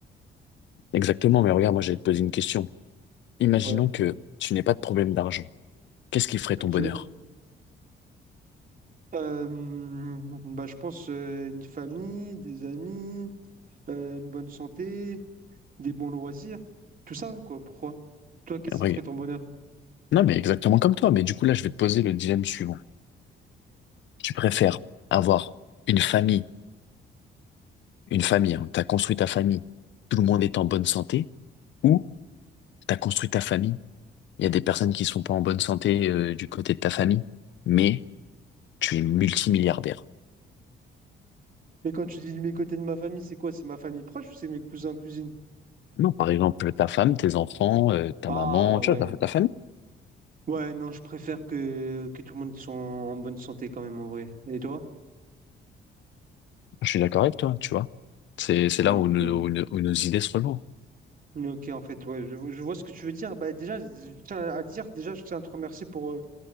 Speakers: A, on the left; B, on the right.
A: Exactement, mais regarde, moi, j'allais te poser une question. Imaginons
B: Ouais,
A: que tu n'aies pas de problème d'argent. Qu'est-ce qui ferait
B: ok.
A: ton bonheur?
B: Euh, bah, je pense euh, une famille, des amis, euh, une bonne santé, des bons loisirs, tout ça, quoi. Pourquoi? Toi, qu'est-ce qui
A: Oui.
B: ferait ton bonheur?
A: Non, mais exactement comme toi. Mais du coup, là, je vais te poser le dilemme suivant. Tu préfères avoir une famille, une famille, hein, t'as construit ta famille, tout le monde est en bonne santé, ou t'as construit ta famille, il y a des personnes qui sont pas en bonne santé euh, du côté de ta famille, mais tu es multimilliardaire.
B: Mais quand tu dis mes côtés de ma famille, c'est quoi? C'est ma famille proche ou c'est mes cousins, cousines?
A: Non, par exemple, ta femme, tes enfants, euh, ta
B: Ah
A: maman, tu
B: ouais.
A: vois, ta, ta famille.
B: Ouais, non, je préfère que, que tout le monde soit en en bonne santé quand même en vrai. Et toi?
A: Je suis d'accord avec toi, tu vois. C'est, c'est
B: Mhm.
A: là où, nos- où nos où nos idées se rejoignent.
B: Ok, en fait, ouais, je, vois je vois ce que tu veux dire. Bah, déjà, je tiens à dire, déjà, je tiens à te remercier pour, euh,